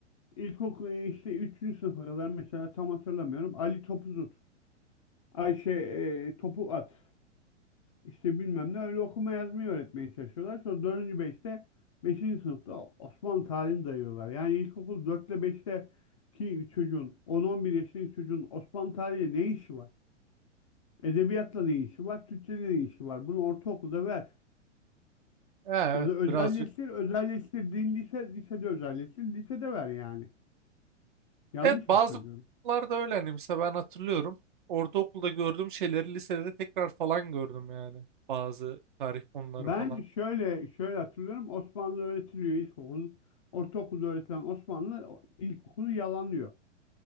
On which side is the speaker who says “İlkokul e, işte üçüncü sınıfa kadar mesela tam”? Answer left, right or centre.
Left